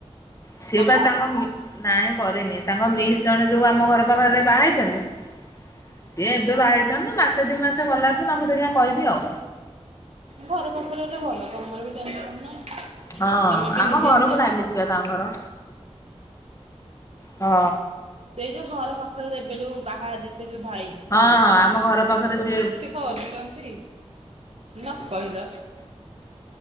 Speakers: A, on the left; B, on the right.
A: ସିଏ
B: କଲ?
A: ପା ତାଙ୍କ ମି ନାଇଁ କରିନି ତାଙ୍କ ମିସ୍ ଜଣେ ଯୋଉ ଆମ ଘର ପାଖରେ ବାହା ହେଇଚନ୍ତି। ସିଏ ଏବେ ବାହା ହେଇଚନ୍ତି ତ ମାସେ ଦିଇ ମାସ ଗଲାଠୁ ତାଙ୍କୁ ଦେଖିବା କହିବି ଆଉ।
B: ଘର ପାଖରେ ହେଲେ ଭଲ। ତମର ବି ଟେନସନ ନାହିଁ।
A: ହଁ
B: ତମେ ବି
A: ଆମ
B: ନିଜେ
A: ଘରକୁ ଲାଗିଚିପା ତାଙ୍କ ଘର ହଁ।
B: ସେଇ ଯୋଉ ଘର ପାଖରେ ଏବେ ଯୋଉ ବାହାହେଲେ ସେ ଯୋଉ ଭାଇ।
A: ହଁ ହଁ ଆମ ଘର ପାଖରେ ଯିଏ
B: କରୁୁଚନ୍ତି ନ କହିଲ।